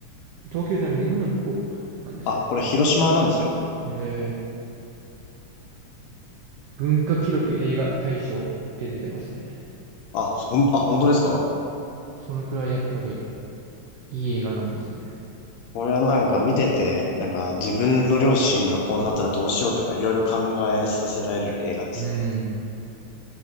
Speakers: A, on the right; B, on the left.
A: 東京じゃなくて日本のどこなんですか
B: あ、これ広島なんですよ。
A: えー、文化記録映画大賞って出てますね。
B: あ、ほん、あ、本当ですか
A: そのくらいやっぱりいい映画なんですね。
B: これはなんか見てて、なんか自分の両親がこうなったらどうしようとかいろいろ考えさせられる映画ですね。
A: うん。